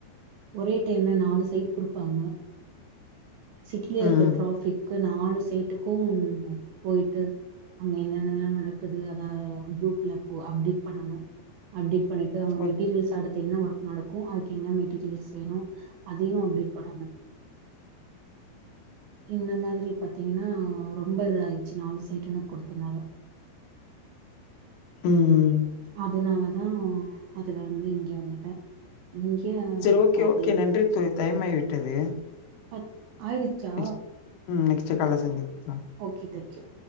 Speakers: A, on the right (about 80°); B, on the left (about 80°).
A: ஒரே டைம்ல நாலு சைட் குடுப்பாங்க சிட்டில இருக்கற
B: ம்
A: டிராபிக் க்கு நாலு சைட்டுக்கு போய்ட்டு அங்க என்னென்னல்லா நடக்குது அத க்ரூப்ல அப்போ அப்டேட் பண்ணனு அப்டேட் பண்ணிட்டு அவங்க
B: ஓக்
A: மெட்டீரியல்ஸ் அடுத் து என்ன ஒர்க் நடக்கு அதுக்கு என்ன மெட்டீரியல்ஸ் வேணு அதயு அப்டேட் பண்ணனு இந்த மாதி ரி பாத்தீங்கன்னா ரொம்ப இத ஆயிச்சு நாலு சைட்டெனக்கு குடுத்தனால
B: ம்ம்
A: அதனாலதா அதுல இருந்து இங்கே வந்துட்டே இங்யே
B: சரி ஓகே
A: பாத்தீங்
B: ஓகே நன்றி தோழி டைம் ஆகிவிட்டது
A: பத் ஆய்டுச்சா
B: நெக்ஸ்ட் ம் நெக்ஸ்ட் கால்ல சந்திப்போங்க
A: ஓகே தேக் யூ